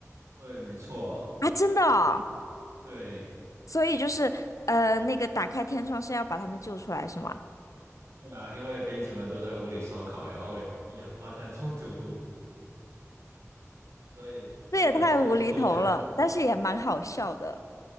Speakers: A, on the right; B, on the left.
A: 对，没错，
B: 啊，真的哦
A: 对，
B: 所以就是呃，那个打开天窗是要把他们救出来，是吗？
A: 对啊，因为编辑们都在屋里烧烤，然后一氧化碳中毒，所以他们这个是作家。
B: 这也太无厘头了，但是也蛮好笑的。